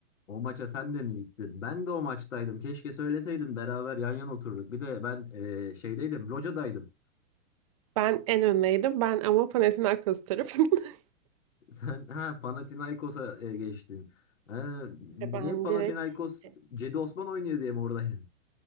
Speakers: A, on the left (about 70°); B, on the right (about 25°).
A: O maça sen de mi gittin? Ben de o maçtaydım. Keşke söyleseydin beraber yan yana otururduk. Bir de ben e, şeydeydim, locadaydım.
B: Ben en önleydim. Ben ama Panathinaikos tarafındayım. <laughs>
A: <laughs> Sen ha Panathinaikos'a e, geçtin. Ha, niye
B: Ben
A: Panathinaikos
B: direkt e,
A: Cedi Osman oynuyor diye mi oradaydın?